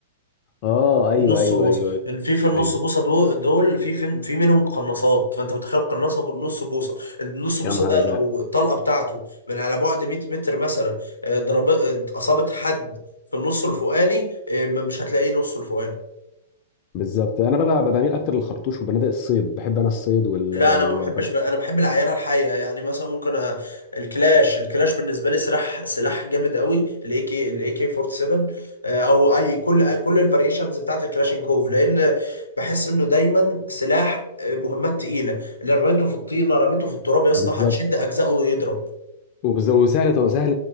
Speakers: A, on the left (about 40°); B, on the left (about 85°).
A: اه ايوه
B: نص
A: ايوه
B: بوصه
A: ايوه ايوه
B: في في النص
A: ايوه
B: بوصه دول دول في في في منهم قناصات فانت متخيل قناصه بالنص بوصه النص بوصه
A: يا نهار
B: ده
A: ازرق
B: لو الطلقه بتاعته من على بعد 100 متر مثلا آه، ضرب آه، اصابت حد في النص الفوقاني آه، مش هتلاقيه نص الفوقاني
A: بالظبط انا بقى بقى بميل اكتر للخرطوش وبنادق الصيد بحب انا الصيد وال
B: لا انا ما
A: وبنادق-
B: بحبش انا بحب العينه الحيه يعني مثلا ممكن أ... الكلاش الكلاش بالنسبه لي سلاح سلاح جامد قوي الاي كي الاي كي 47 آه، او اي كل كل الفاريشنز بتاعت الكلاشينكوف لان بحس انه دايما سلاح آه، مهمات تقيله اللي رميته في الطينه رميته في التراب يا اسطى
A: بالظبط
B: هتشد اجزائه ويضرب
A: وبز- وسهل سهل